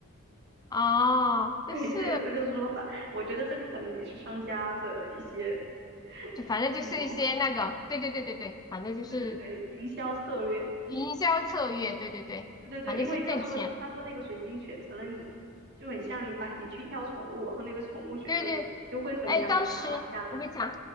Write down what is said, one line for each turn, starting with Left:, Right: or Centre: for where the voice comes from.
Left: 哦，但是
Right: 对，是有这个说法。我觉得这个可能也是商家的一些 <laughs>
Left: 就反正就是一些那个，
Right: 计谋，
Left: 对对对对对，反正就是
Right: 对对对，营销策略，
Left: 营销策略，对对对，
Right: 对对对。
Left: 反正是挣钱。
Right: 因为他说他说那个水晶选择了你，就很像你买你去挑宠物，然后那个宠物选择了你，
Left: 对对，
Right: 你就会很想把它买下来。
Left: 哎，当时我跟你讲，